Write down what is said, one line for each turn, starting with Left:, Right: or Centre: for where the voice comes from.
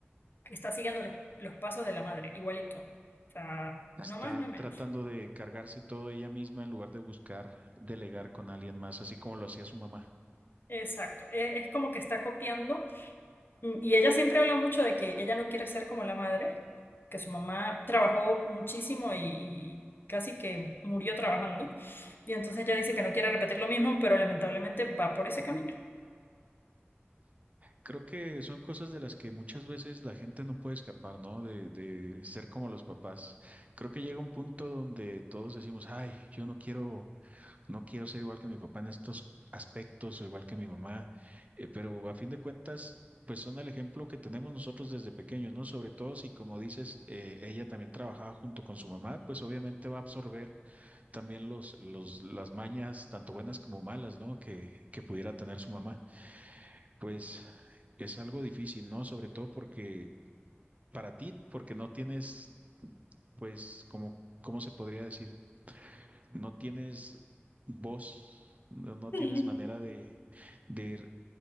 Left: está siguiendo los, los pasos de la madre, igualito. O sea,
Right: Está
Left: no más, no
Right: tratando
Left: menos.
Right: de cargarse todo ella misma en lugar de buscar delegar con alguien más, así como lo hacía su mamá.
Left: Exacto. Es, es como que está copiando Mm, Y ella siempre habla mucho de que ella no quiere ser como la madre, que su mamá trabajó muchísimo y, y casi que murió trabajando. Y entonces ella dice que no quiere repetir lo mismo, pero lamentablemente va por ese camino.
Right: Creo que son cosas de las que muchas veces la gente no puede escapar, ¿no? De, de ser como los papás. Creo que llega un punto donde todos decimos, ay, yo no quiero No quiero ser igual que mi papá en estos aspectos o igual que mi mamá, eh, pero a fin de cuentas, pues son el ejemplo que tenemos nosotros desde pequeños, ¿no? Sobre todo si, como dices, eh, ella también trabajaba junto con su mamá, pues obviamente va a absorber también los, los, las mañas, tanto buenas como malas, ¿no? Que, que pudiera tener su mamá. Pues es algo difícil, ¿no? Sobre todo porque para ti, porque no tienes, pues, como, ¿cómo se podría decir? no tienes voz, no, no
Left: Sí.
Right: tienes manera de, de ir-